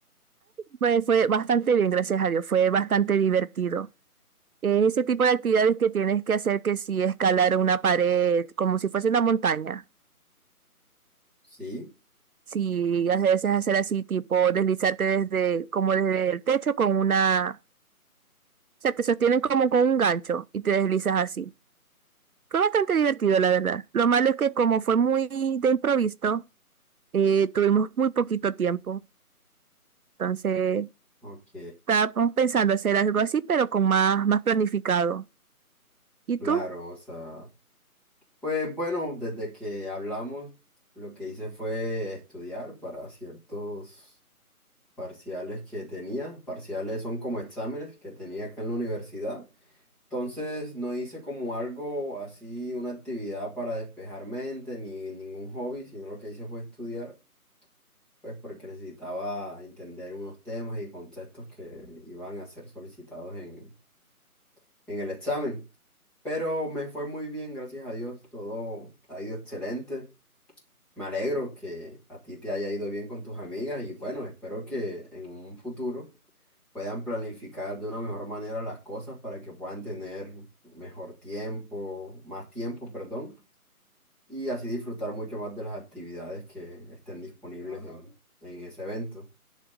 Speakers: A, on the right; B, in the centre.
A: Pues fue bastante bien, gracias a Dios, fue bastante divertido. Es ese tipo de actividades que tienes que hacer que si escalar una pared como si fuese una montaña.
B: Sí,
A: Si a veces hacer así, tipo deslizarte desde, como desde el techo con una, o sea, te sostienen como con un gancho y te deslizas así. Fue bastante divertido, la verdad. Lo malo es que como fue muy de improviso, eh, tuvimos muy poquito tiempo. Entonces...
B: ok,
A: Estábamos pensando hacer algo así, pero con más, más planificado. ¿Y
B: claro,
A: tú?
B: o sea, pues bueno, desde que hablamos, lo que hice fue estudiar para ciertos parciales que tenía. Parciales son como exámenes que tenía acá en la universidad. Entonces no hice como algo así, una actividad para despejar mente ni ningún hobby, sino lo que hice fue estudiar, pues porque necesitaba entender unos temas y conceptos que iban a ser solicitados en, en el examen. Pero me fue muy bien, gracias a Dios, todo ha ido excelente. Me alegro que a ti te haya ido bien con tus amigas y bueno, espero que en un futuro puedan planificar de una mejor manera las cosas para que puedan tener mejor tiempo, más tiempo, perdón, y así disfrutar mucho más de las actividades que estén disponibles en, en ese evento.